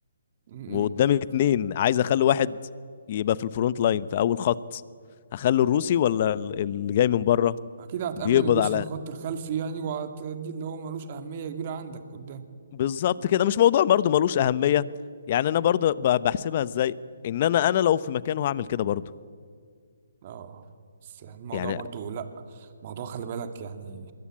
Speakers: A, on the right; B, on the left.
A: امم
B: وقدامي
A: إمم.
B: اتنين عايز اخلي واحد يبقى في الفرونت لاين في اول خط هخلي الروسي ولا ال- اللي جاي من بره
A: اكيد هتأمن
B: بيقبض
A: الروسي
B: على
A: في الخط الخلفي يعني وهتدي اللي هو ملوش اهميه كبيره عندك قدام
B: بالظبط كده مش موضوع برضو ملوش أهمية يعني أنا برضو ب- بحسبها إزاي إن أنا أنا لو في مكانه هعمل كده برضو
A: اه بس يعني الموضوع
B: يعني
A: برضو لا الموضوع خلي بالك يعني